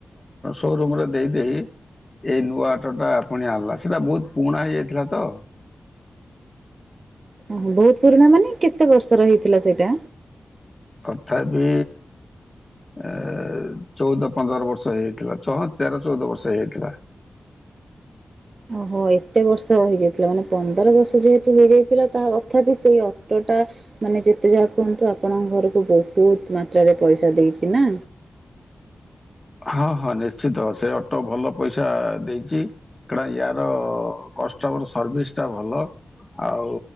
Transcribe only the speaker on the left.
ସୋରୁମରେ ଦେଇଦେଇ ଏଇ ନୂଆ ଅଟୋଟା ପୁଣି ଆଣିଲା ସେଟା ବହୁତ ପୁଣା ହେଇଯାଇଥିଲା ତ।
ତଥାପି ଏ ଚଉଦ ପନ୍ଦର ବର୍ଷ ହେଇଥିଲା ତେର ଚଉଦ ବର୍ଷ ହେଇଥିଲା।
ହଁ ହଁ ନିଶ୍ଚିତ ସେ ଅଟୋ ଭଲ ପଇସା ଦେଇଛି। କଣ ୟାର କଷ୍ଟମର ସର୍ଭିସ ଟା ଭଲ। ଆଉ